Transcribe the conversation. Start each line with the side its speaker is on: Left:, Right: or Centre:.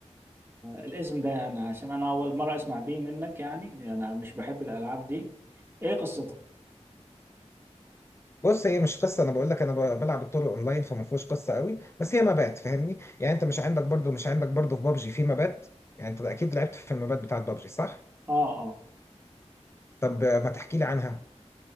Right: الاسم ده يعني عشان انا اول مرة اسمع بيه منك يعني انا مش بحب الالعاب دي ايه قصتها
Left: بص هي مش قصة أنا بقول لك أنا ب- بلعب الطور الأونلاين فما فيهوش قصة قوي بس هي مبات فاهمني يعني أنت مش عندك برضو مش عندك برضو في بابجي في مبات يعني أنت أكيد لعبت في المبات بتاعت بابجي صح؟
Right: اه آه.
Left: طب آه، ما تحكي لي عنها